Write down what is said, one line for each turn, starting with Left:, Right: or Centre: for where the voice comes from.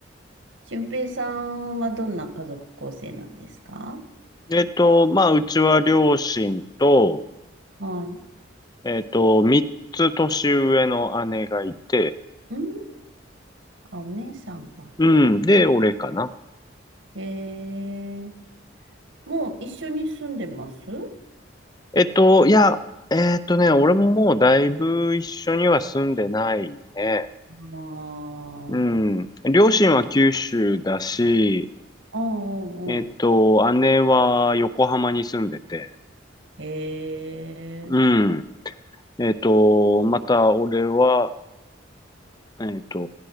Right: 俊平さんはどんな家族構成なんですか
Left: えっと、まあ、うちは両親と、
Right: はい。
Left: えっと、三つ年上の姉がいて、
Right: んあ、お姉さんが。
Left: うん。で、俺かな。
Right: えー、もう一緒に住んでますあ
Left: えっと、いや、えっとね、俺ももうだいぶ一緒には住んでないね。
Right: ー
Left: うん。両親は九州だし、
Right: あー、うんうんうん。
Left: えっと、姉は横浜に住んでて、
Right: ええ
Left: うん。えっと、また俺は、えっと、